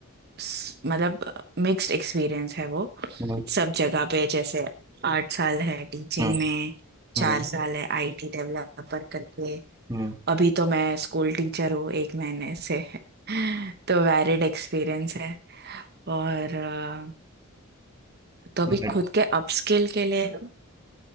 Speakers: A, on the right (about 50°); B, on the right (about 15°).
A: स- मतलब मिक्स्ड एक्सपीरियंस है वो
B: हुँ,
A: सब जगह पे जैसे आठ साल है टीचिंग
B: हुँ,
A: में चार
B: हुँ,
A: साल है आईटी डेवलपर करके
B: हुँ,
A: अभी तो मैं स्कूल टीचर हूँ एक महीने से <laughs> तो वैलिड एक्सपीरियंस है और अ, तो अभी
B: बट
A: खुद के अपस्किल के लिए